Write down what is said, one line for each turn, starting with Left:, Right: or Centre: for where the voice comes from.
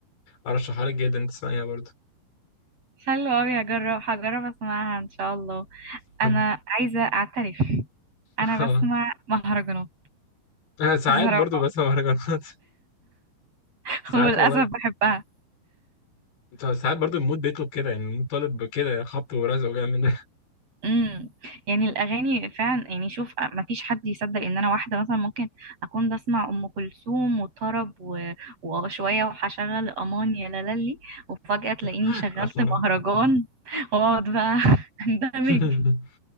Left: ارشحها لك جدا تسمعيها برضه
Right: حلو قوي هجرب هجرب اسمعها ان شاء الله
Left: طب
Right: انا عايزة اعترف انا
Left: <laughs>
Right: بسمع
Left: اه
Right: مهرجانات
Left: انا ساعات
Right: بصراحة
Left: برضه بسمع مهرجانات
Right: <laughs>
Left: <laughs> ساعات
Right: وللاسف
Left: والله
Right: بحبها
Left: ساعات برضه المود بيطلب كده يعني المود طالب كده خبط ورزع وجاي من
Right: امم يعني الاغاني فعلا يعني شوف ما فيش حد يصدق ان انا واحده مثلا ممكن اكون بسمع ام كلثوم وطرب و... وشويه وهشغل امان يا لالي وفجاه تلاقيني
Left: <laughs>
Right: شغلت
Left: اه
Right: مهرجان <laughs> واقعد بقى <laughs> اندمج
Left: <laughs>